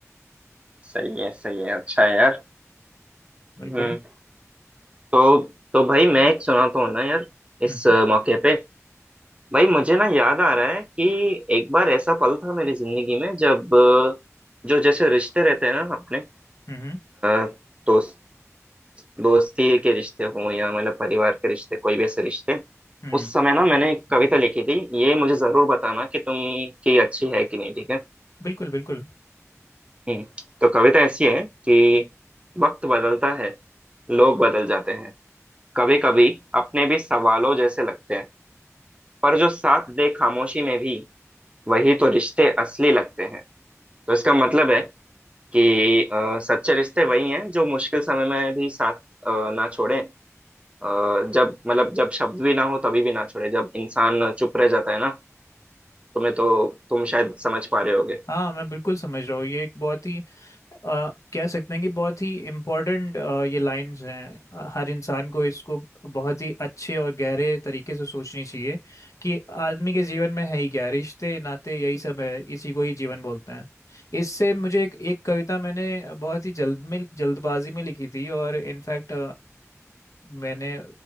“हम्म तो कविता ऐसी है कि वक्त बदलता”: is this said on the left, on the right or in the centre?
Right